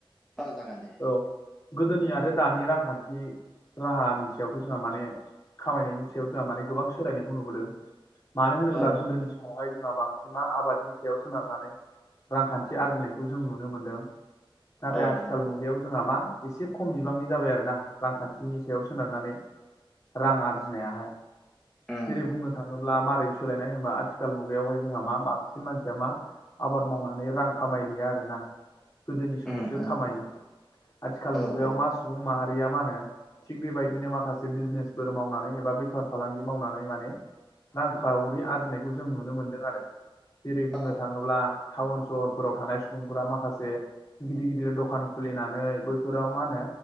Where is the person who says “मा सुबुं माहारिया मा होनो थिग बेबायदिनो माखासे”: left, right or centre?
Left